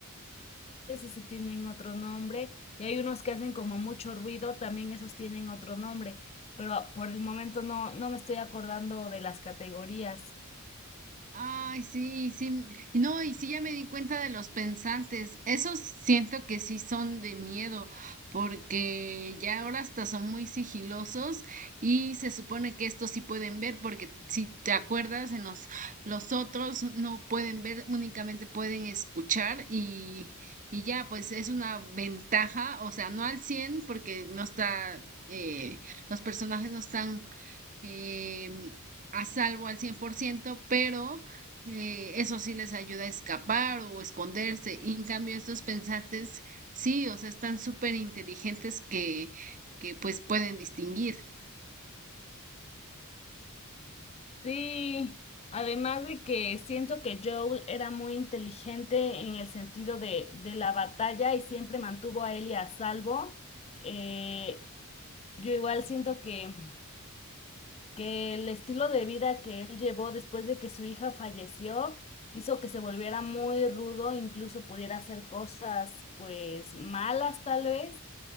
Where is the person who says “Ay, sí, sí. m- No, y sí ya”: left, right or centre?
Right